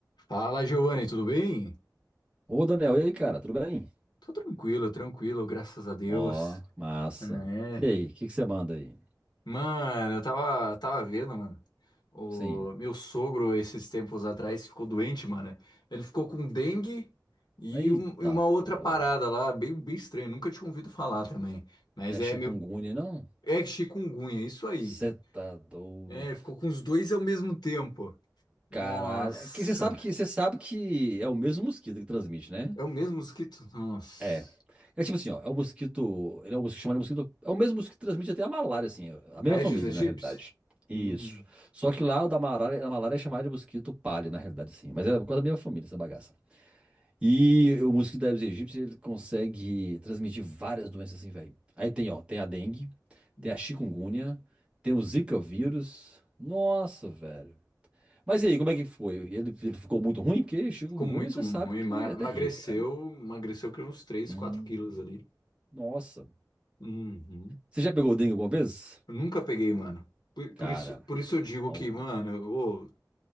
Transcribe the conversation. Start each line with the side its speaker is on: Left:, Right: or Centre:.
Left: Fala, Giovanni, tudo bem?
Right: Ô, Daniel, e aí, cara, tudo bem?
Left: Tô tranquilo, tranquilo, graças a Deus,
Right: Ó, massa.
Left: né?
Right: E aí, o que que você manda aí?
Left: Mano, eu tava, tava vendo, mano. O
Right: Sim.
Left: meu sogro, esses tempos atrás, ficou doente, mano. Ele ficou com dengue e,
Right: Eita,
Left: um- e uma outra
Right: porra.
Left: parada lá, bem, bem estranho. Nunca tinha ouvido falar também. Mas
Right: Não é
Left: é
Right: chikungunya,
Left: meu.
Right: não?
Left: É chikungunya, isso aí.
Right: Você tá doido.
Left: É, ficou com os dois ao mesmo tempo. Nossa.
Right: Caralho. É Que você sabe que você sabe que é o mesmo mosquito que transmite, né?
Left: É o mesmo mosquito? Nossa.
Right: É. É tipo assim, ó, é o mosquito, ele é um mosquito chamado mosquito, é o mesmo mosquito que transmite até a malária, assim, a mesma
Left: Aedes
Right: família,
Left: aegypti?
Right: na realidade. Isso.
Left: Hum.
Right: Só que lá o da malária, a malária é chamada de mosquito palha, na realidade, assim, mas é por causa da mesma família, essa bagaça. E o mosquito da Aedes aegypti, ele consegue transmitir várias doenças assim, velho. Aí tem, ó, tem a dengue,
Left: hum.
Right: tem a chikungunya, tem o Zika vírus. Nossa, velho. Mas e aí, como é que foi? Ele, ele ficou muito ruim? Porque chikungunya,
Left: Ficou muito
Right: você
Left: ruim,
Right: sabe que
Left: ma-
Right: é terrível,
Left: emagreceu,
Right: né?
Left: emagreceu que uns três,
Right: Hum,
Left: 4 quilos ali.
Right: nossa.
Left: Uhum.
Right: Você já pegou dengue alguma vez?
Left: Eu nunca peguei, mano. Por,
Right: Cara,
Left: por isso, por isso eu digo
Right: ó,
Left: que, mano, ô,